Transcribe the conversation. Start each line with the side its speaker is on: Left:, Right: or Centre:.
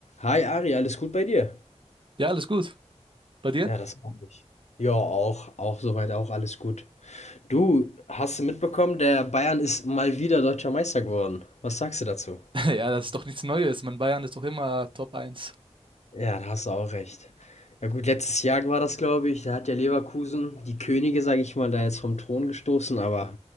Left: Hi Ari, alles gut bei dir?
Right: Ja, alles gut. Bei dir?
Left: Ja, das hoffe ich. Ja, auch, auch soweit auch alles gut. Du, hast du mitbekommen, der Bayern ist mal wieder deutscher Meister geworden. Was sagst du dazu?
Right: <laughs> Ja, das ist doch nichts Neues. Man, Bayern ist doch immer Top eins
Left: Ja, da hast du auch recht. Ja gut, letztes Jahr war das, glaube ich. Da hat ja Leverkusen die Könige, sage ich mal, da jetzt vom Thron gestoßen. Aber